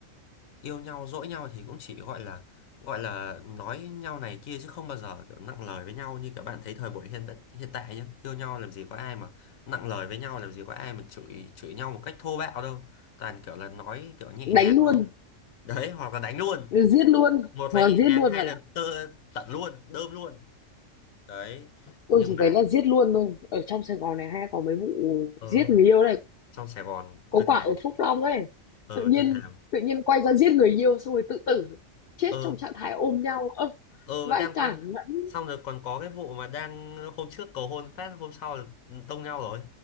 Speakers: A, on the left (about 85°); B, on the left (about 55°).
A: yêu nhau dỗi nhau thì cũng chỉ gọi là gọi là nói nhau này kia chứ không bao giờ kiểu nặng lời với nhau như các bạn thấy thời buổi hiện hiện tại nhá yêu nhau làm gì có ai mà nặng lời với nhau làm gì có ai mà chửi chửi nhau một cách thô bạo đâu toàn kiểu là nói kiểu nhẹ
B: Đánh
A: nhàng
B: luôn,
A: đấy hoặc là đánh luôn
B: giết luôn,
A: một
B: hoặc
A: là nhẹ
B: là giết
A: nhàng
B: luôn
A: hai
B: bạn
A: là
B: ạ.
A: tơ tận luôn đơm luôn đấy
B: Tôi
A: nhưng
B: chỉ
A: mà
B: thấy là giết luôn thôi. Ở trong Sài Gòn này hay có mấy vụ
A: ờ
B: giết người yêu này
A: trong Sài Gòn
B: Có
A: tôi
B: quả
A: thề
B: ở Phúc Long ấy,
A: ờ
B: tự nhiên
A: tôi thề
B: tự nhiên quay ra giết người yêu xong rồi tự tử, chết
A: ờ
B: trong trạng thái ôm nhau. Ơ,
A: ờ
B: vãi
A: đang
B: đản
A: đang
B: vẫn
A: xong rồi còn có cái vụ mà đang hôm trước cầu hôn phát hôm sau là tông nhau rồi